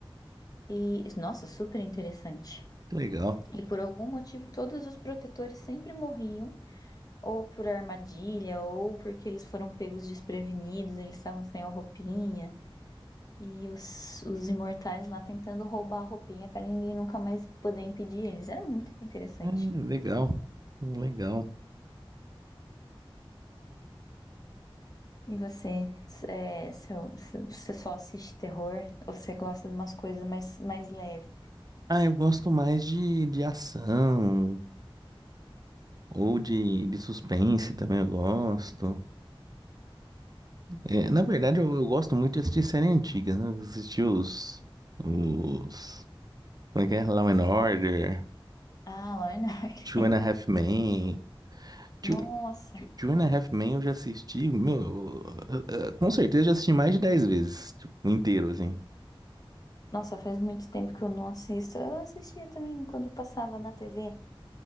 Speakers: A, on the left (about 40°); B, on the right (about 45°).
A: E, nossa, super interessante.
B: Que legal.
A: E por algum motivo, todos os protetores sempre morriam, ou por armadilha, ou porque eles foram pegos desprevenidos, eles estavam sem a roupinha. E os, os imortais lá tentando roubar a roupinha pra ninguém nunca mais poder impedir eles. Era muito interessante.
B: É, legal. Legal.
A: E você, é, seu, seu- você só assiste terror ou você gosta de umas coisas mais, mais leve?
B: Ah, eu gosto mais de, de ação ou de, de suspense também eu gosto. É, na verdade, eu, eu gosto muito de assistir série antiga, né? Assistir os, os... Como é que é? Law and Order,
A: Ah, Lorna. <laughs>
B: Two and a Half Men. Two,
A: Nossa,
B: Two and a Half Men eu já assisti, meu, eu- eu- eu- com certeza já assisti mais de 10 vezes, tipo, inteiro, assim.
A: nossa, faz muito tempo que eu não assisto. Eu assistia também quando passava na TV.